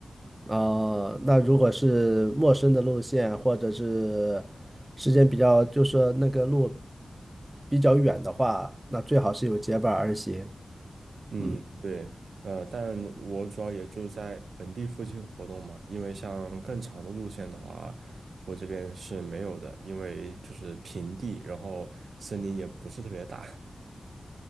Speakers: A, on the right (about 20°); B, on the right (about 80°).
A: 啊，那如果是陌生的路线，或者是时间比较，就是说那个路比较远的话，那最好是有结伴而行。
B: 嗯，
A: 嗯。
B: 对，呃，但我主要也就在本地附近活动嘛，因为像更长的路线的话，我这边是没有的，因为就是平地，然后森林也不是特别大。